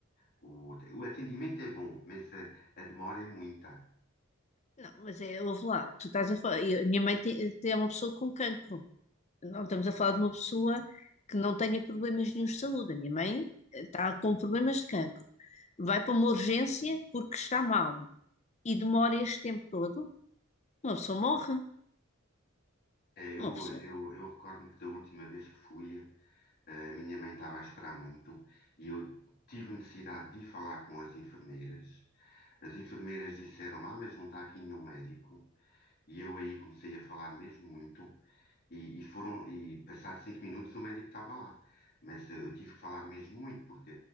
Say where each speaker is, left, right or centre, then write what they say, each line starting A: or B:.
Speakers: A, on the left; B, on the left.
A: O, o atendimento é bom, mas a a demora é muita.
B: Não, mas é, houve lá, tu estás a falar. e a minha mãe tem, tem- é uma pessoa com cancro. Não estamos a falar de uma pessoa que não tenha problemas nenhum de saúde. A minha mãe eh, está com problemas de cancro. Vai para uma urgência porque está mal e demora este tempo todo, uma pessoa morre.
A: É, eu,
B: Uma pessoa.
A: eu, eu recordo-me que da última vez que fui, eh, a minha mãe estava a esperar muito e eu tive necessidade de ir falar com as enfermeiras. As enfermeiras disseram, ah, mas não está aqui nenhum médico. E eu aí comecei a falar mesmo muito. E, e foram, e passados cinco minutos o médico estava lá. Mas eh, eu tive que falar mesmo muito, porque